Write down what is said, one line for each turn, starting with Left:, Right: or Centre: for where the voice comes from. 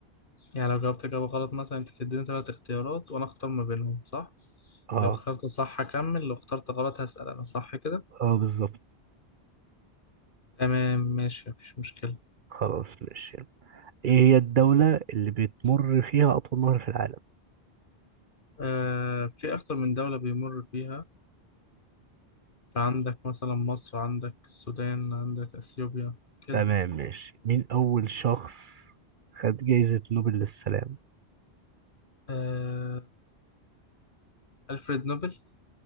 Left: يعني لو جاوبت اجابة غلط مثلا انت تديني تلات اختيارات وانا اختار ما بينهم صح
Right: اه
Left: لو اخترت صح هكمل لو اخترت غلط هسأل انا صح كده
Right: اه بالظبط
Left: تمام ماشي مفيش مشكلة
Right: خلاص ماشي ايه هي الدولة اللي بتمر فيها أطول نهر في العالم؟
Left: آه في اكتر من دولة بيمر فيها فعندك مثلا مصر عندك السودان عندك اثيوبيا كده
Right: تمام ماشي مين أول شخص خد جايزة نوبل للسلام؟
Left: آه ألفريد نوبل